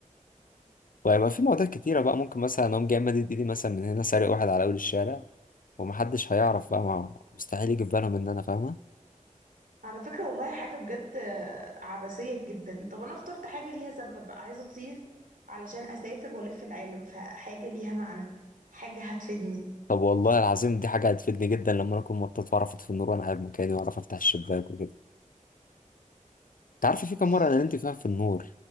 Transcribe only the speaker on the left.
وهيبقى في مواضيع كتيره بقى ممكن مثلا اقوم جاي مدد ايدي مثلا من هنا سارق واحد على اول الشارع ومحدش هيعرف بقى مع مستحيل يجي في بالهم ان انا فاهمه
طب والله العظيم دي حاجة هتفيدني جدا لما أنا أكون مطاط وأعرف أطفي النور وأنا قاعد مكاني وأعرف أفتح الشباك وكده أنت عارف في
كام مرة أنا نمت فيها في النور